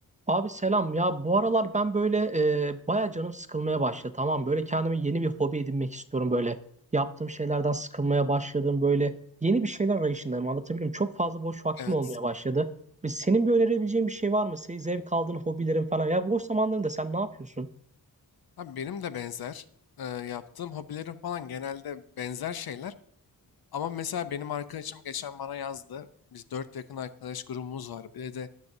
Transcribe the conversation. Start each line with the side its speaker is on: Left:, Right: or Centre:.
Right: Abi selam ya bu aralar ben böyle e, baya canım sıkılmaya başladı tamam mı? böyle kendime yeni bir hobi edinmek istiyorum böyle yaptığım şeylerden sıkılmaya başladım böyle yeni bir şeyler arayışındayım anlatabilirim çok fazla boş vaktim
Left: Evet.
Right: olmaya başladı. E, Senin bir önerebileceğin bir şey var mı? Senin zevk aldığın hobilerin falan ya boş zamanlarında sen ne yapıyorsun?
Left: Abi benim de benzer. Ee, yaptığım hobilerim falan genelde benzer şeyler. Ama mesela benim arkadaşım geçen bana yazdı. Biz dört yakın arkadaş grubumuz var. Bir de